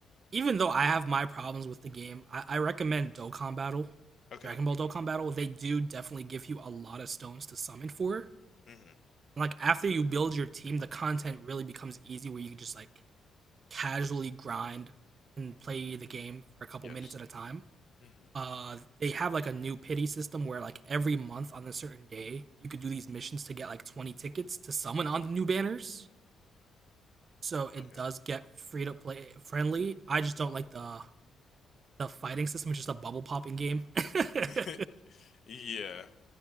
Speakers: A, on the right; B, on the left.
A: even though I have my problems with the game, I, I recommend Dokkan Battle.
B: Okay.
A: Dragon Ball Dokkan Battle, they do definitely give you a lot of stones to summon for.
B: hmm
A: Like after you build your team, the content really becomes easy where you can just like casually grind and play the game for a couple
B: Yes.
A: minutes at a time.
B: hmm
A: Uh, they have like a new pity system where like every month on a certain day you could
B: hmm
A: do these missions to get like 20 tickets to summon on the new banners. So it
B: Okay.
A: does get free to play friendly. I just don't like the the fighting system. It's just a bubble popping game. <laughs>
B: <laughs> Yeah.